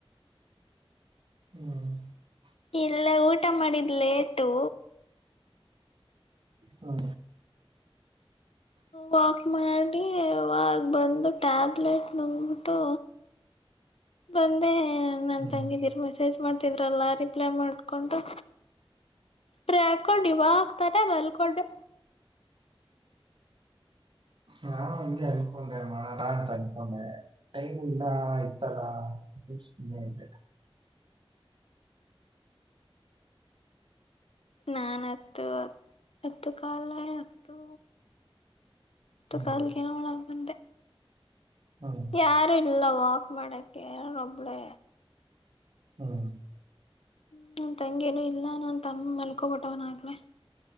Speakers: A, on the right; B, on the left.
A: ಹ್ಮ
B: ಇಲ್ಲ ಊಟ ಮಾಡಿದ್ ಲೇಟು
A: ಹಾ
B: ವಾಕ್ ಮಾಡಿ ಅವಾಗ ಬಂದು ಟ್ಯಾಬ್ಲೆಟ್ ನುಂಗಬಿಟ್ಟು ಬಂದೆ ನನ್
A: ಹ್ಮ್
B: ತಂಗಿದ್ದೀರ ಮೆಸ್ಸೇಜ್ ಮಾಡ ಇದ್ರಲ್ಲ ರಿಪ್ಲೈ ಮಾಡ್ಕೊಂಡು ಸ್ಪ್ರೇ ಹಾಕೊಂಡು ಇವಾಗ್ತಾನೆ ಮಲ್ಕೊಂಡೆ
A: ನಾ ಹಂಗೆ ಅನ್ಕೊಂಡೆ ಮಾಡ ಅಂತ ಅನ್ಕೊಂಡೆ ಟೈಮಿಲ್ಲಾ <unintelligible>
B: ನಾನ್ ಅತ್ತು ಅತ್ ಅತ್ತು ಕಾಲಾ ಎತ್ತು ತ
A: ಹ್ಮ್
B: ಕಾಲಿಗೆನ ಒಳಗ ಬಂದೆ
A: ಹ್ಮ್
B: ಯಾರು ಇಲ್ಲವಾ ಮಾಡಕ್ಕೆ ಯಾರನ್ ಒಬ್ಳೆ
A: ಹ್ಮ
B: ಹ್ಮ ನನ್ ತಂಗಿನು ಇಲ್ಲ ನಮ ತಂ <unintelligible> ಮಲ್ಕೊಬಿಟ್ಟವನ ಆಗ್ಲೆ